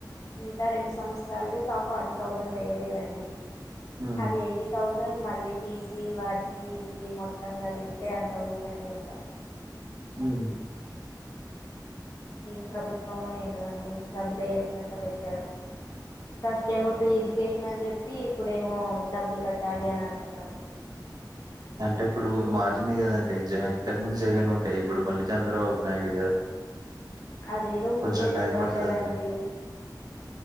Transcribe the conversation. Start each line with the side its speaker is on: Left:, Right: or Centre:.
Left: మిగతా రెండు సంవత్సరాలువి త ఫార్టీ థౌజండ్ వేయ్యలేదండి
Right: హ్మ్.
Left: అవి ఎయిటీ థౌసండ్ మళ్ళీ టీసి వాటికి వీటికి మొత్తం కలిగపితే ఎంత అవ్వుద్దండి ఇంకా
Right: మ్
Left: ఏం ప్రభుత్వమో ఏంటో అండి డబ్బులు అయ్యకునట్టా పెట్టాడు ఫస్ట్ ఏమ ఫ్రీ ఎడ్యుకేషన్ అని చెప్పి ఇప్పుడేమో డబ్బులు కట్టాలి అని అంటున్నారు
Right: అంటే ఇప్పుడు మారింది కదండి జ ఇంతకు మంది జగన్ ఉంటాయి ఇప్పుడు మళ్ళీ చంద్రబాబు నాయుడు కదా
Left: అదేదో ముందే
Right: కొంచెం
Left: చెప్పాలి
Right: టైం పడతదండి.
Left: కదండి